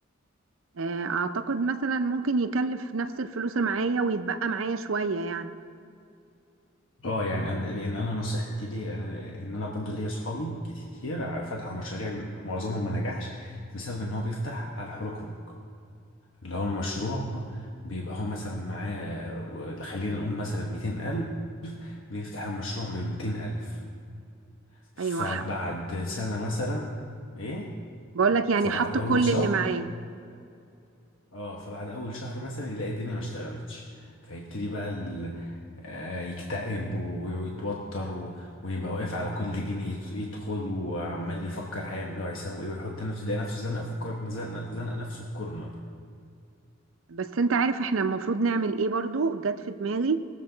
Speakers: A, on the right; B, on the left.
A: آه، اعتقد مثلا ممكن يكلف نفس الفلوس اللي معايا ويتبقى معايا شوية يعني
B: اه يعني أنا- ان انا نصيحتي ليه أنا- ان انا برضو ليا اصحابي كتير ع- فتحوا مشاريع معظمهم ما نجحش بسبب ان هو بيفتح على الحركرك اللي هو المشروع بيبقى هو مثلا معاه خلينا نقول مثلا ميتين ألف بيفتح المشروع بميتين ألف فبعد
A: ايوه
B: سنة مثلا إيه
A: بقول لك يعني
B: فبعد
A: حط
B: أول
A: كل
B: شهر
A: اللي معايا
B: اه فبعد أول شهر مثلا يلاقي الدنيا ما اشتغلتش فيبتدي بقى ال... آه، يكتئب و- ويتوتر و... ويبقى واقف على كل جنيه يت- يدخل وعمال يفكر هيعمل ايه وهيسوي ايه ويحط نفسه يلاقي نفسه زنق في كور... زنق... زنق نفسه في كورنر
A: بس انت عارف احنا المفروض نعمل ايه برضو جت في دماغي